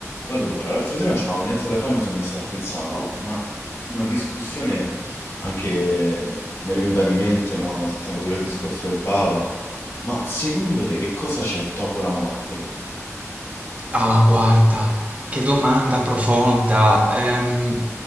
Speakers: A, on the left (about 50°); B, on the right (about 25°).
A: Allora, l'altra sera non c'avevo niente da fare, mi sono messo a pensare, no? Ma una discussione anche mhmm, mi è venuta in mente, no? Sentendo pure il discorso del Papa. Ma secondo te che cosa c'è dopo la morte?
B: Ah, guarda, che domanda profonda. Ehm,